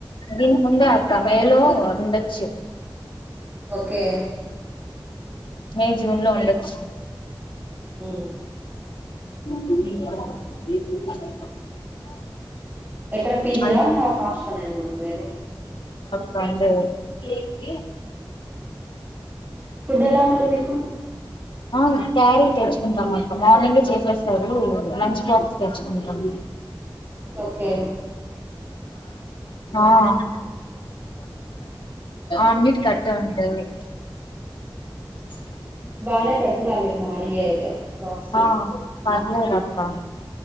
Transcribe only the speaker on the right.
ఓకే
ఉమ్
ఎక్కడ పీజియా
నా హాస్టల్లో నేనా నువ్వు ఉండేది
ఫుడ్ ఎలా మరి మీకు
ఓకే
బానే పెడుతున్నారు మీకు మార్నింగే అయితే బాక్స్ కి